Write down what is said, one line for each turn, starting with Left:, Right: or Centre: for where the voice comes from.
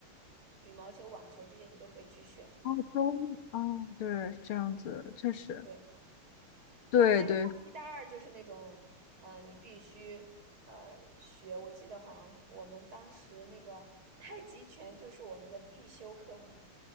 Right: 羽毛球、网球这些你都可以去选。
Left: 哦，中，哦，对，是这样子，确实。
Right: 对，
Left: 对对，
Right: 然后但是大一、大二就是那种，呃，你必须呃学。我记得好像我们当时那个太极拳就是我们的必修科目。